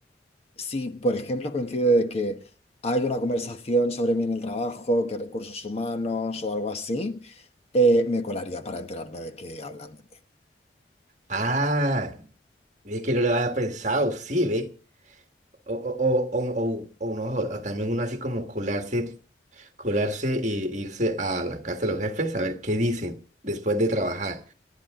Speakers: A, on the left (about 35°); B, on the right (about 40°).
A: si por ejemplo coincide de que hay una conversación sobre mí en el trabajo, que recursos humanos o algo así, eh, me colaría para enterarme de que hablan de mí.
B: Ah, es que no lo había pensado, sí, ve. O, o, o, o, o- o no, o también uno así como colarse, colarse y irse a la casa de los jefes a ver qué dicen después de trabajar.